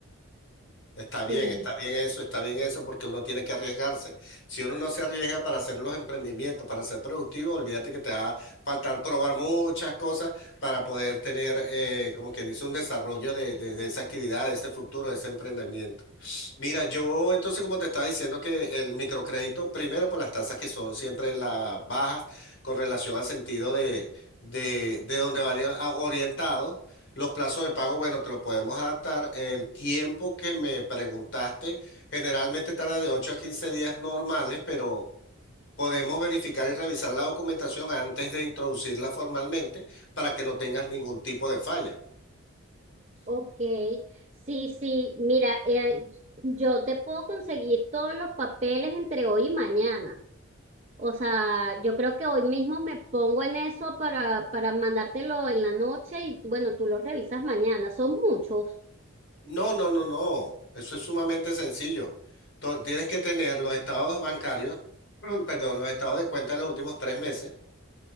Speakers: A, on the left; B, on the right.
A: Está bien,
B: sí,
A: está bien eso, está bien eso, porque uno tiene que arriesgarse. Si uno no se arriesga para hacer los emprendimientos, para ser productivo, olvídate que te va a faltar probar muchas cosas para poder tener, eh, como quien dice, un desarrollo de, de, de esa actividad, de ese futuro, de ese emprendimiento. Mira, yo entonces como te estaba diciendo que el microcrédito, primero por las tasas que son siempre las bajas con relación al sentido de, de, de donde van a- orientados, los plazos de pago, bueno, te lo podemos adaptar. El tiempo que me preguntaste generalmente tarda de 8 a 15 días normales, pero podemos verificar y revisar la documentación antes de introducirla formalmente para que no tengas ningún tipo de falla.
B: ok, sí, sí, mira, eh, yo te puedo conseguir todos los papeles entre hoy y mañana. O sea, yo creo que hoy mismo me pongo en eso para, para mandártelo en la noche y tú, bueno, tú los revisas mañana. Son muchos.
A: No, no, no, no. Eso es sumamente sencillo. To- tienes que tener los estados bancarios, <clears throat> perdón, los estados de cuenta de los últimos tres meses.